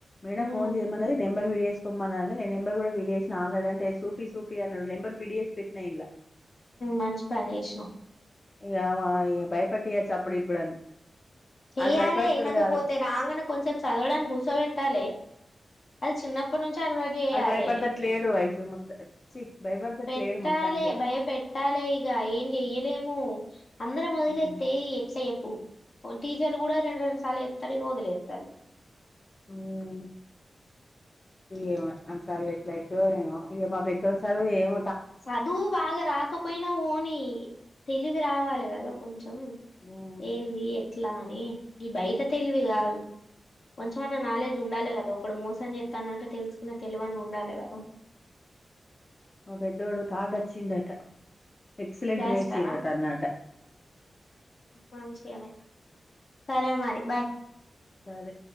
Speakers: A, on the left; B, on the left.
A: మేడం
B: ఉమ్
A: ఫోన్ చేయమన్నది నెంబ్ నెంబర్ ఫీడ్ చేసుకోమన్నాడు ఆ నేను నెంబర్ కూడా ఫీడ్ చేసినా ఆల్రెడీ అంటే ఆ సూపీ సూపీ అన్నాడు నెంబర్ ఫీడ్ చేసి పెట్టినా ఈడ్ల
B: మంచి పని చేశిన్నావు
A: ఇగ ఇగ బయపెట్టియొచ్చు అప్పుడు ఇప్పుడు అని
B: చేయా
A: ఆడు భయపడేటోడు
B: వినకపోతే
A: కాదు
B: రాంగనే కొంసేపు చదవడానికి కూర్చోపెట్టాలె అది చిన్నప్పటి నుంచి అలవాటు చేయాలి
A: ఆడు భయపడతట్లేడు ఐషు మొత్తం చి భయపడతట్లేడు
B: పెట్టాలి
A: మొత్తానికి
B: భయపట్టాలి ఇగ ఏం చెయ్యలేము ఆంద్ర మొదలే
A: మ్మ్
B: తే ఎట్లా ఎప్పు <unintelligible> పు టీచర్లు కూడా రెండు రెండు సార్లు చెప్తారు ఇగా వదిలేత్తరు
A: మ్ ఏమో వాని సదువు ఎట్ల అయితదో ఏమో ఇగా మా పెద్దోని సదువు ఏమ
B: చదువు బాగా రాకపోయినా వోని తెలి వి రావాలి కదా కొంచెం ఉ
A: ఉమ్
B: ఏంది ఎ అట్ల అని ఈ బయట తెలివి కాదు కొంచంమన్నా నాలెడ్జ్ ఉండాలి కదా ఒక్కడు మోస చేత్తాండు అంటే తెలుసుకునే తెలివి అన్న ఉండాలి కదా
A: మా పెద్దోడు థర్డ్ వచ్చిండట ఎక్సిలెంట్
B: వేస్ట్
A: లా వేసింలట
B: అనా
A: అన్నాట
B: మంచిగానే సరే మరి బాయ్
A: సరే